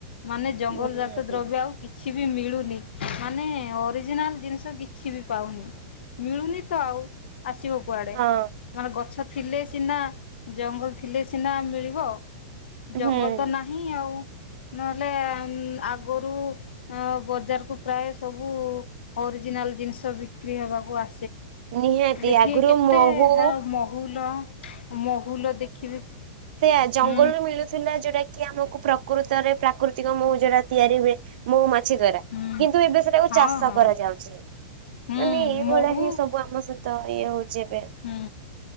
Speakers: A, on the left; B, on the right.
A: ମାନେ ଜଙ୍ଗଲ
B: ନିହାତି।
A: ଜାତ ଦ୍ରବ୍ୟ ଆଉ କିଛି କିଛି ବି ମିଳୁନି ମାନେ ଅରିଜିନାଲ ଜିନିଷ କିଛି ବି ପାଉନି। ମିଳୁନି ତ ଆଉ ଆସିବ କୁଆଡ଼େ
B: ହଁ
A: ମାନେ ଗଛ ଥିଲେ ସିନା ଜଙ୍ଗ ଥିଲେ ସିନା ମିଳିବ। ଜଙ୍ଗଲ
B: ହୁଁ
A: ତ ନାହିଁ ଆଉ। ନହେଲେ ଆଗରୁ ବଜାରକୁୁ ପ୍ରାୟ ସବୁ ଅରିଜିନାଲ ଜିନିଷ ବିକ୍ରି ହେବାକୁ ଆ
B: ନିହାତି
A: ଦେଖିବେ
B: ଆଗରୁ
A: କେତେ
B: ମହୁ
A: ହ ମହୁ ଲ ମହୁଲ ଦେଖିବେ
B: ସେଇଆ ଜଙ୍ଗଲରୁୁ
A: ହୁଁ
B: ମିଳୁଥିଲା ଯୋ କି ଆମକୁ ପ୍ରକୃତରେ ପ୍ରାକୃତିକ ମହୁ ଯୋଉରା ତିଆରି ହୁଏ ମହୁ ସେ ଦ୍ଵାରା
A: ହୁଁ
B: କିନ୍ତୁ ଏବେ ସେଟାକୁ
A: ହଁ
B: ଚାଷ
A: ହଁ
B: କରାଯାଉଛି
A: ହୁଁ
B: ମାନେ ଏଇ
A: ମହୁ
B: ଭଳିଆ ହିଁ ସବୁ ଆମ <unintelligible> ଯେବେ
A: ହୁଁ